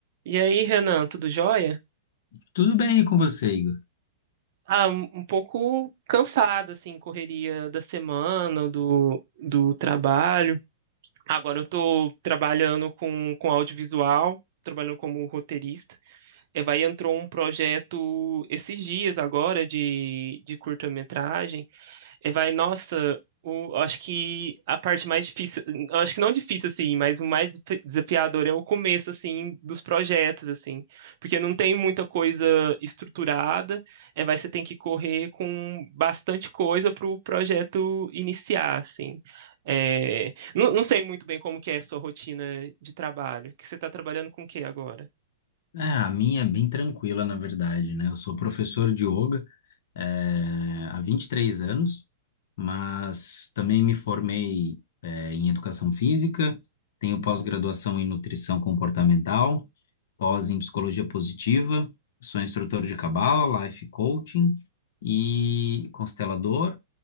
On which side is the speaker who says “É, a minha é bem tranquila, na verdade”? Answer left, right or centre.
Left